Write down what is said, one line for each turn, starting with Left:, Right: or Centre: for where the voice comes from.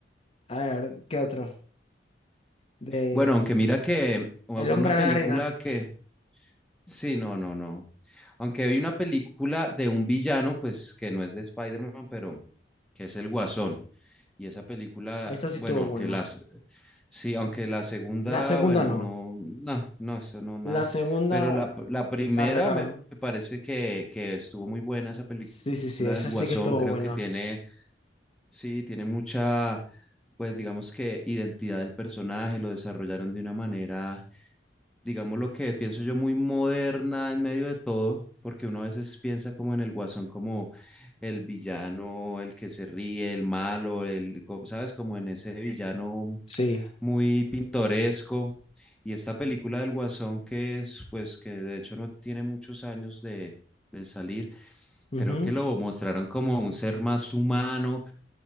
Left: A ver, ¿qué otro? De
Centre: Bueno, aunque mira que u-
Left: El
Centre: una
Left: hombre
Centre: película
Left: de arena.
Centre: que... Sí, no, no, no. Aunque hay una película de un villano, pues que no es de Spider-Man, pero que es el Guasón. Y esa película,
Left: Esa sí
Centre: bueno,
Left: estuvo
Centre: aunque
Left: buena.
Centre: las, sí, aunque la segunda,
Left: La segunda
Centre: bueno,
Left: no.
Centre: no, no, no, eso no, nada.
Left: La segunda
Centre: Pero la, p- la primera
Left: la regaron.
Centre: me parece que, que estuvo muy buena esa película
Left: Sí, sí, sí, esa
Centre: del Guasón.
Left: sí que estuvo
Centre: Creo
Left: buena.
Centre: que tiene Sí, tiene mucha, pues digamos que identidad del personaje, lo desarrollaron de una manera digamos lo que pienso yo, muy moderna en medio de todo, porque uno a veces piensa como en el Guasón, como el villano, el que se ríe, el malo, el, co- ¿sabes? Como en ese villano
Left: Sí.
Centre: muy pintoresco. Y esta película del Guasón, que es, pues, que de hecho no tiene muchos años de, de salir,
Left: ujú.
Centre: creo que lo mostraron como un ser más humano,